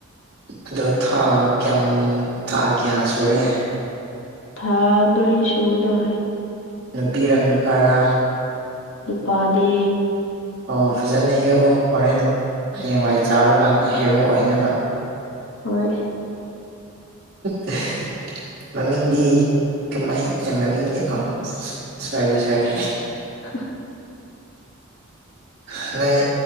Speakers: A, on the right; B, on the left.
A: ꯑꯗꯨ ꯊꯥ ꯀꯌꯥꯝ ꯊꯥ ꯀꯌꯥ ꯁꯨꯔꯦ
B: ꯊꯥꯕꯔꯤ ꯁꯨꯗꯧꯔ
A: ꯅꯨꯄꯤꯔ ꯅꯨꯄꯥꯔꯥ
B: ꯑꯗꯨꯄꯥꯗꯦ
A: ꯑꯣ ꯐꯖꯅ ꯌꯛꯎ ꯍꯣꯔꯦꯟ ꯍꯌꯦꯡꯋꯥꯏ ꯆꯥꯔꯨꯀꯥꯟꯗ ꯍꯦꯔꯣ ꯑꯣꯏꯅꯕ
B: ꯍꯣꯏ
A: <inaudible> ꯃꯃꯤꯡꯗꯤ ꯀꯃꯥꯏ ꯑꯦ ꯃꯃꯤꯡꯗꯤ ꯑ ꯁꯥꯔꯤ ꯁꯥꯔꯤ
B: <inaudible>
A: ꯑꯗꯨꯗꯩ